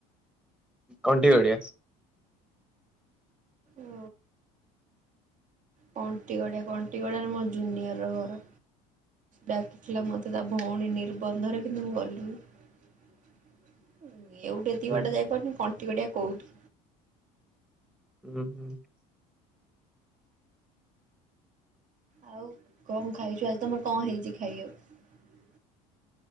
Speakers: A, in the centre; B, on the right.
A: କଣ୍ଟି ଗଡିଆ।
B: ଓ କଣ୍ଟିଗାଡ଼ିଆ ମୋ ଜୁନିୟର ଘର। ଡାକିଥିଲା ମତେ ତା ଭଉଣୀ ନିର୍ବନ୍ଧରେ କିନ୍ତୁ ମୁଁ ଗଲିନି। ଏଉଠି ଏକିଟ
A: ହୁଁ
B: ଯାଇପାରୁନି କ କଣ୍ଟି ଗାଡ଼ିଆ କଉଠି?
A: ହୁଁ ହୁଁ।
B: ଆଉ କଣ ଖାଇଛୁ ଆଜି ତମର କଣ ହେଇଛି ଖାଇବାକୁ?